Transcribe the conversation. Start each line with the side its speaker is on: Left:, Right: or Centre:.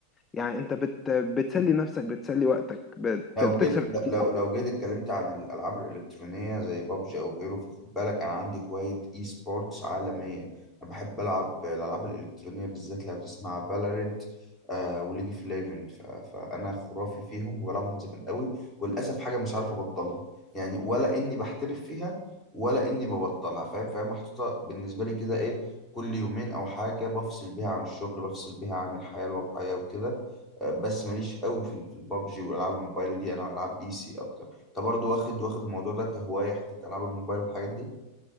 Left: يعني انت بت بتسلي نفسك بتسلي وقتك بت
Centre: لو
Left: بتكسر
Centre: جيت
Left: الروتين
Centre: لو لو جيت اتكلمت عن الألعاب الإلكترونية زي بابجي أو غيره فخد بالك أنا عندي هواية إي سبورتس عالمية أنا بحب ألعب الألعاب الإلكترونية بالذات لو تسمع فالورنت آه وليج اوف ليجند فأنا خرافي فيهم وبلعبهم من زمان قوي وللأسف حاجة مش عارف أبطلها يعني ولا إني بحترف فيها ولا إني ببطلها فاهم فاهم محطوطة بالنسبة لي كده إيه كل يومين أو حاجة بفصل بيها عن الشغل بفصل بيها عن الحياة الواقعية وكده آه، بس ماليش قوي في في البابجي والعاب الموبايل دي انا العاب بي سي اكتر انت برضو واخد واخد الموضوع ده كهوايه حته العاب الموبايل والحاجات دي